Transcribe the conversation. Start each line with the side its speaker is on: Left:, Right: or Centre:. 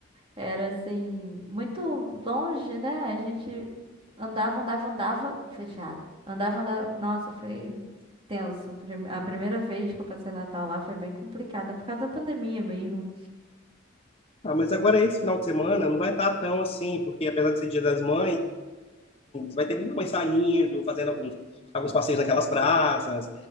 Right: Era assim, muito longe, né? A gente andava, andava, andava, fechado. Andava, andava. Nossa, foi tenso. Prime- A primeira vez que eu passei Natal lá foi bem complicada, por causa da pandemia mesmo.
Left: Ah, mas agora é esse final de semana não vai estar tão assim, porque apesar de ser Dia das Mães, vai ter muita mãe saindo, fazendo alguns, alguns passeios naquelas praças.